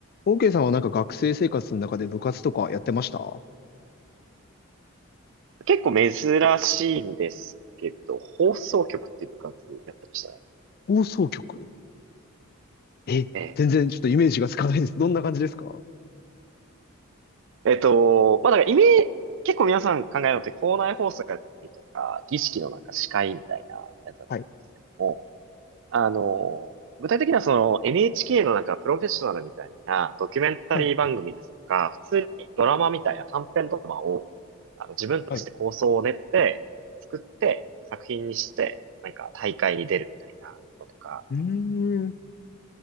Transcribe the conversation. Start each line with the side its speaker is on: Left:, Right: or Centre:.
Left: OK さんはなんか学生生活の中で部活とかやってました
Right: 結構珍しいんですけど、放送局っていう部活やってましたね。
Left: 放送局え、
Right: ええ
Left: 全然ちょっとイメージがつかないです。どんな感じですか
Right: えっと、まあ、だからイメージ、結構皆さん考えるのって校内放送やったりとか、儀式のなんか司会みたいなやつだと思うんですけども、
Left: はい。
Right: あの、具体的にはその NHK のなんかプロフェッショナルみたいなドキュメンタリー番組ですとか、
Left: はい、はい、
Right: 普通にドラマみたいな短編ドラマを、あの、自分たちで構想を練って、
Left: はい。
Right: 作って、作品にして、なんか大会に出るみたいなのとか、
Left: うーん。